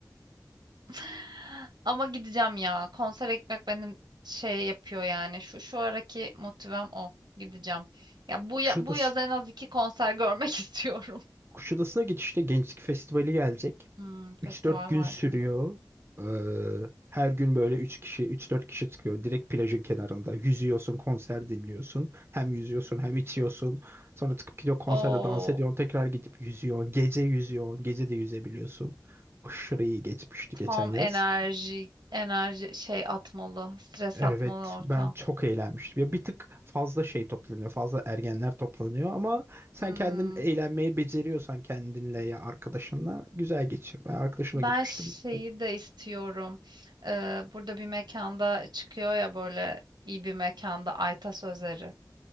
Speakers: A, on the right (about 80°); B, on the right (about 35°).
A: <laughs> Ama gideceğim ya. Konsere gitmek beni şey yapıyor yani. Şu şu araki motivem o. Gideceğim. Ya bu ya,
B: Kuşadası
A: bu yaz en az iki konser görmek <laughs> istiyorum.
B: Kuşadası'na geçişte Gençlik Festivali gelecek.
A: Hmm, festival
B: Üç dört gün
A: vardı
B: sürüyor.
A: mı?
B: Ee, her gün böyle 3 kişi, üç dört kişi çıkıyor. Direkt plajın kenarında. Yüzüyorsun, konser dinliyorsun. Hem yüzüyorsun hem içiyorsun. Sonra çıkıp gidiyor konserde
A: Oo.
B: dans ediyorsun. Tekrar gidip yüzüyorsun. Gece yüzüyorsun. Gece de yüzebiliyorsun. Aşırı iyi geçmişti
A: Tam
B: geçen yaz.
A: enerji, enerji şey atmalı, stres
B: Evet
A: atmalı ortam.
B: ben çok eğlenmiştim. Ya bir tık fazla şey toplanıyor. Fazla ergenler toplanıyor ama sen
A: Hmm.
B: kendin eğlenmeyi beceriyorsan kendinle ya arkadaşınla güzel geçiyor. Ben arkadaşıma
A: Ben
B: gitmiştim.
A: şeyi
B: E,
A: de istiyorum. Ee, burada bir mekanda çıkıyor ya böyle iyi bir mekanda Ayta Sözleri.